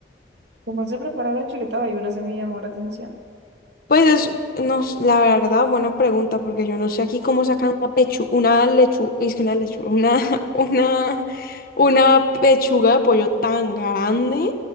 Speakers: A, on the right; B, on the left.
A: ¿Cómo se prepara la chuleta bayuna? Se me llamó la atención.
B: Pues es, no, s- la verdad, buena pregunta, porque yo no sé aquí cómo sacan una pechuga, una lechu, es que una lechuga, una, <laughs> una, una pechuga de pollo tan grande.